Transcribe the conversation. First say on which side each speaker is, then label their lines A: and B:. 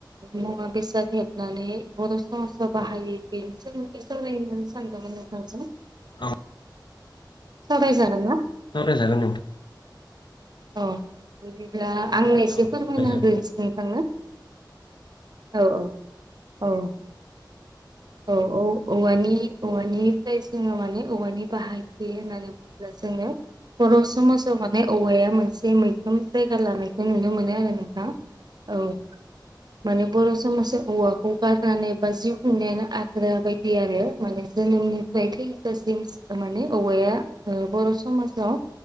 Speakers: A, on the right; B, on the left.
A: मुवा बेसाद हेबनानै बर समाजाव बाहायो बेनि सोमोनदै सावरायनो सानदोंमोन नोंथांजों
B: औ
A: सवराय जागोनना
B: सावराय जागोन नों
A: औ बिदिब्ला आंनो एसे
B: औ
A: फोरमायना
B: सावरायजागोन
A: होग्रोनोसै नोंथांनो औ औ औ औ औ औ औवानि औवानिफ्राय जोङो माने औवानि बाहायथि होननानै जोङो बर' समाज थाल माने औवाया मोनसे मैखोम जायगा लानायखौ नुनो मोनो आरो नोंथां औ माने बर' समाज औवाखौ गारनानै बा जिउ खुंनायानो आद्रा बायदि आरो माने जोनोम माय थैजसिम माने औवाया ओ बर' समाजाव